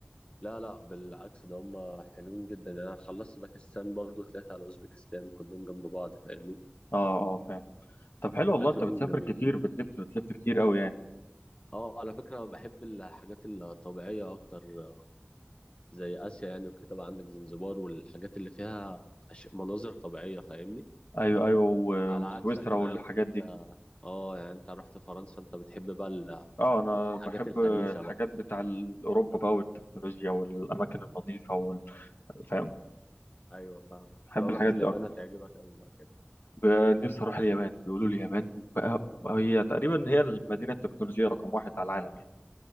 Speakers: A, on the left (about 30°); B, on the left (about 60°).
A: لا لا بالعكس ده هم حلوين جدا يعني أنا خلصت باكستان برضو طلعت على أوزبكستان كلهم جنب بعض فاهمني
B: اه اه فاهم طب حلو والله
A: أكلهم
B: انت بتسافر
A: جميل
B: كتير بتلف بتلف كتير قوي يعني
A: اه على فكرة بحب الحاجات الطبيعية أكتر آه، زي آسيا يعني وكده بقى عندك زنزبار والحاجات اللي فيها أش... مناظر طبيعية فاهمني
B: ايوه ايوه و-
A: على عكسك
B: وسويسرا
A: أنا
B: والحاجات
A: عارف إن أنت
B: دي
A: اه يعني أنت رحت فرنسا أنت بتحب بقى ال-
B: اه انا
A: الحاجات
B: بحب
A: الحديثة
B: الحاجات
A: بقى
B: بتاع ال- اوروبا بقى والتكنولوجيا والاماكن النظيفه وال- فاهم
A: أيوه فاهم أنت
B: بحب
A: لو رحت
B: الحاجات
A: اليابان
B: دي اكتر
A: هتعجبك أوي بقى كده
B: ب- نفسي اروح اليابان بيقولوا لي اليابان بقى بقى هي تقريبا هي المدينه التكنولوجيه رقم واحد على العالم يعني